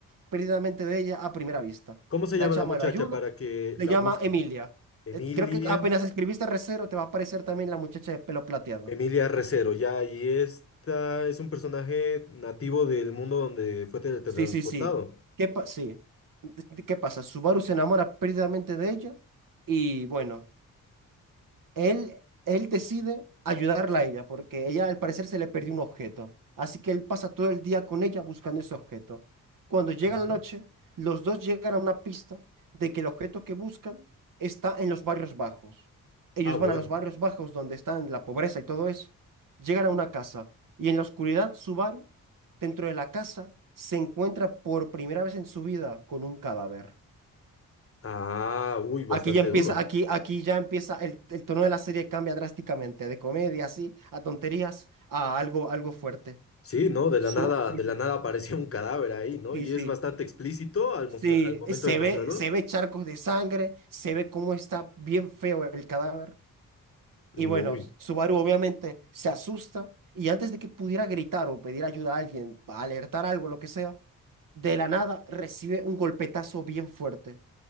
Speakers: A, on the right; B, on the left.
A: perdidamente de ella a primera vista.
B: ¿Cómo se
A: La
B: llama
A: chama
B: la muchacha
A: lo ayuda,
B: para que
A: se
B: la
A: llama
B: busque?
A: Emilia.
B: Emilia.
A: Eh, Creo que apenas escribiste recero te va a aparecer también la muchacha de pelo plateado.
B: Emilia Recero, ya, y esta es un personaje nativo del mundo donde fue teletransportado.
A: Sí, sí, sí. ¿Qué pa- sí. ¿Qué pasa? Subaru se enamora perdidamente de ella y bueno, Él, él decide ayudarla a ella porque ella al parecer se le perdió un objeto. Así que él pasa todo el día con ella buscando ese objeto. Cuando llega
B: Ujú.
A: la noche, los dos llegan a una pista de que el objeto que buscan está en los barrios bajos. Ellos
B: Ah, bueno.
A: van a los barrios bajos donde están la pobreza y todo eso. Llegan a una casa y en la oscuridad Subaru, dentro de la casa, se encuentra por primera vez en su vida con un cadáver.
B: Ah, uy, bastante
A: Aquí ya empieza,
B: duro.
A: aquí, aquí ya empieza, el, el tono de la serie cambia drásticamente, de comedia, así, a tonterías, a algo, algo fuerte.
B: Sí, ¿no? De
A: Su-
B: la nada,
A: sí,
B: de
A: sí,
B: la nada apareció un cadáver ahí, ¿no?
A: sí,
B: Y
A: sí.
B: es bastante explícito al,
A: Sí,
B: mostra- al momento
A: eh, se
B: de mostrarlo.
A: ve, se ve charcos de sangre, se ve cómo está bien feo el cadáver. Y
B: Uy.
A: bueno, Subaru obviamente se asusta y antes de que pudiera gritar o pedir ayuda a alguien, alertar algo, lo que sea, de la nada recibe un golpetazo bien fuerte